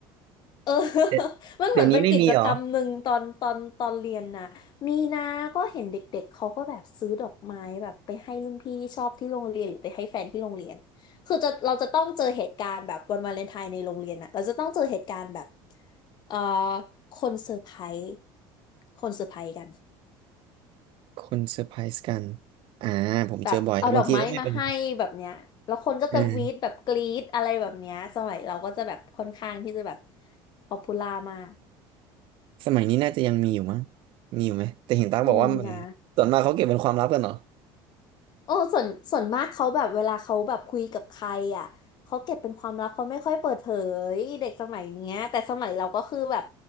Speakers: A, on the left; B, on the right.
A: เออ <laughs>
B: เดี๋ยว
A: มันเหมือนเป็นกิจกรรมหนึ่งตอนตอนตอนเรียนนะมีนาก็เห็นเด็กๆเขาก็แบบซื้อดอกไม้แบบไปให้รุ่นพี่ที่ชอบที่โรงเรียนหรือไปให้แฟนที่โรงเรียน
B: เดี๋ยวนี้ไม่มีเหรอ
A: คือจะเราจะต้องเจอเหตุการณ์แบบวันวาเลนไทน์ในโรงเรียนอะเราจะต้องเจอเหตุการณ์แบบเอ่อคนเซอร์ไพรส์คนเซอร์ไพรส์กัน
B: คนเซอร์ไพรส์กันอ่าผมเจอบ่อยแล้วบางทีก็ไม่เป็น
A: แบบเอาดอกไม้มาให้แบบเนี้ยแล้วคนก็จะวีดแบบกรี๊ดอะไรแบบเนี้ยสมัยเราก็จะแบบค่อนข้างที่จะแบบ
B: อืม
A: ป๊อปปูล่ามาก
B: สมัยนี้น่าจะยังมีอยู่มั้งมีอยู่ไหมแต่เห็นตั๊กบอกว่ามันส่วนมากเขาเก็บเป็นความลับกันเหรอ
A: มีนะ โอ้ส่วนส่วนมากเขาแบบเวลาเขาแบบคุยกับใครอ่ะเขาเก็บเป็นความลับเขาไม่ค่อยเปิดเผยเด็กสมัยเนี้ยแต่สมัยเราก็คือแบบ